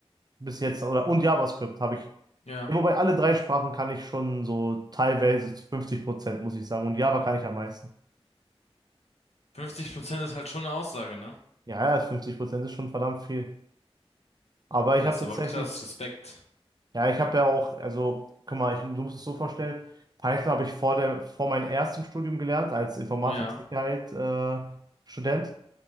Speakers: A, on the right; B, on the left.
A: bis jetzt oder und JavaScript habe ich.
B: ja.
A: ja, Wobei alle drei Sprachen kann ich schon so teilweise zu 50 Prozent, muss ich sagen. Und Java kann ich am meisten.
B: 50% ist halt schon eine Aussage, ne?
A: Ja, ja, 50 Prozent ist schon verdammt viel. Aber ich
B: Ja,
A: habe
B: ist
A: tatsächlich
B: aber krass, Respekt.
A: Ja, ich habe ja auch, also, guck mal, ich, du musst es so vorstellen, Python habe ich vor der, vor meinem ersten Studium gelernt, als Informatik-Sicherheit,
B: Ja,
A: äh, Student.